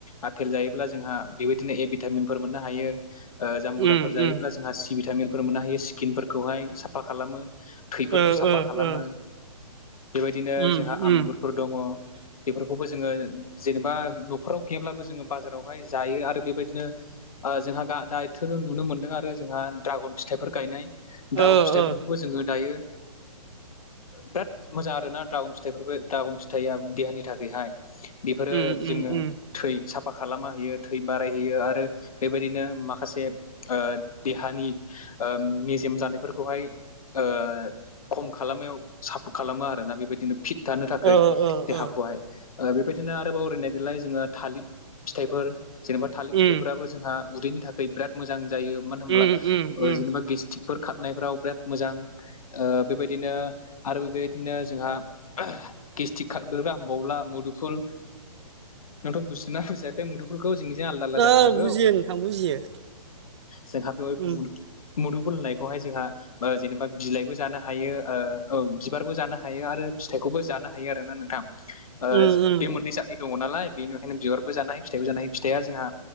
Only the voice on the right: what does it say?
उम
उम
ओ
ओ
ओ
उम
उम
ओ
ओ
उम
उम उम
ओ ओ
ओ
उम
उम उम उम
ओ
बुजियो नोंथां बुजियो
उम
<inaudible>
उम